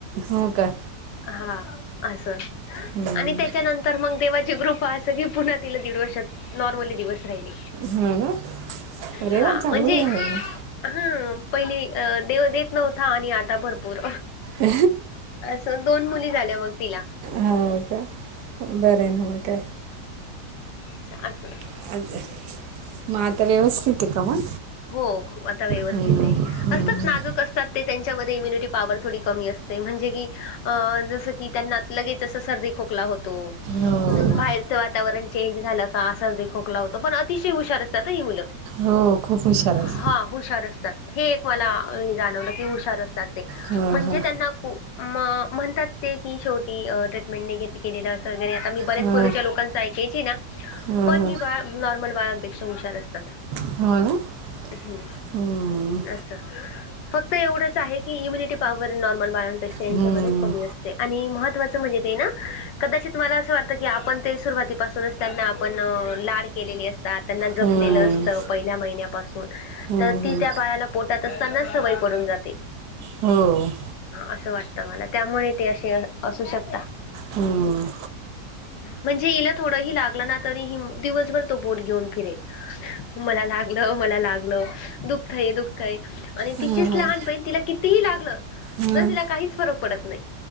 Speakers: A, on the right (about 70°); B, on the left (about 90°).
A: हो काय.
B: हा असं.
A: हम्म.
B: आणि त्याच्यानंतर मग देवाची कृपा असं की पुन्हा तिला दीड वर्षात नॉर्मली दिवस राहिले.
A: हम ना. अरे
B: हा
A: वा चांगलं
B: म्हणजे
A: आहे मग.
B: हा पहिली अ देव देत नव्हता, आणि आता भरपूर.
A: अ
B: असं दोन मुली झाल्या मग तिला
A: हो का. बरं ना मग काय.
B: अच्छा असं.
A: <unintelligible> मग आता व्यवस्थित आहे का मग.
B: हो आता व्यवस्थित
A: हम्म
B: ये.
A: हम्म
B: असतात नाजूक असतात. ते तेच्यामध्ये इम्युनिटी पावर थोडी कमी असते. म्हणजे की जसं की त्यांना, लगेच असं सर्दी खोकला होतो,
A: हो
B: बाहेरचं वातावरण चेंज झालं का सर्दी खोकला होतं, पण अतिशय हुशार असतात ही मुलं.
A: हो खूप. हुशार
B: हा
A: आहेस
B: हुशार असतात. हे एक मला जाणवलं की हुशार असतात. ते
A: हो
B: म्हणजे
A: हो
B: त्यांना, मग म्हणतात ते की शेवटी ट्रीटमेंट निघेत. आता मी बऱ्याच
A: ह ह
B: पूर्वीच्या लोकांचं ऐकायची ना,
A: ह
B: पण ही बाळ. नॉर्मल बाळानपेक्षा हुशार असतात.
A: <unintelligible>
B: हम
A: हम्म
B: असं. फक्त एवढंच आहे की, इम्युनिटी पॉवर नॉर्मल बाळंनपेक्षा यांच्यामध्ये
A: हम्म
B: कमी असते. आणि महत्वाचं म्हणजे ते ना, कदाचित मला असं वाटतं की आपण ते सुरुवातीपासून. त्यांना आपण लाड केलेली असतात. त्यांना जपलेलं
A: हम्म
B: असतं. पहिल्या महिन्यापासून,
A: हम्म
B: तर ती
A: हम्म
B: त्या बाळाला पोटात असतानाच सवय पडून जाते.
A: हो
B: असं वाटतं मला त्यामुळे ते असे असू शकता.
A: हम्म
B: म्हणजे हिला थोड ही लागला ना, तरी दिवसभर तो बोट घेऊन फिरेल. मला लागलं, मला लाग दुःखतय दुःखतय आणि
A: हां
B: तिचीच लहान बहिण तिला कितीही लागलं.
A: हां
B: तर तिल काहीच फरक पडत नाही.